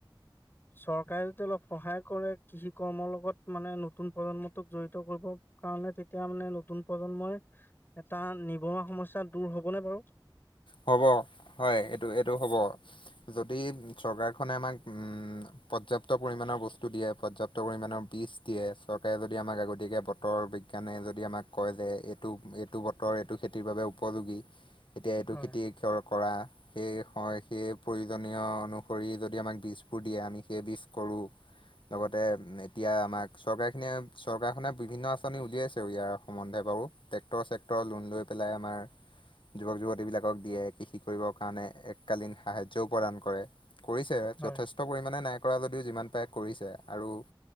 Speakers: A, on the left; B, on the left.
A: চৰকাৰে যদি অলপ সহায় কৰে কৃষি কৰ্মৰ লগত মানে নতুন প্ৰজন্মটোক জড়িত কৰিব কাৰণ তেতিয়া মানে নতুন প্ৰজন্মই এটা নিবনুৱা সমস্যা দূৰ হবনে বাৰু?
B: হ'ব। হয়, এইটো- এইটো হ'ব। যদি চৰকাৰখনে আমাক উম পৰ্যাপ্ত পৰিমণৰ বস্তু দিয়ে পৰ্যপ্ত পৰিমাণৰ বীজ দিয়ে, চৰকাৰে যদি আমাক আগতীয়াকৈ বতৰ বিজ্ঞানে যদি আমাক কয় যে এইটো এইটো বতৰ এইটো খেতিৰ বাবে উপযোগী। এতিয়া এইটো
A: হয়,
B: খেতি ক কৰা সেই হয়, সেই প্ৰয়োজনীয় অনুসৰি যদি আমাক বীজবোৰ দিয়ে, আমি সেই বীজ কৰোঁ লগতে এতিয়া আমাক চৰকাৰ খিনিয়ে চৰকাৰখনে বিভিন্ন আঁচনি উলিয়াইছে ইয়াৰ সম্বন্ধে বা আৰু টেক্টৰ চেক্টৰ লোন লৈ পেলাই আমাৰ যুৱক-যুৱতীবিলাকক দিয়ে কৃষি কৰিবৰ কাৰণে, এককালীন সাহায্যও প্ৰদান কৰে। কৰিছে।
A: হয়,
B: যথেষ্ট পৰিমণে নাই কৰা যদিও, যিমান পাৰে কৰিছে। আৰু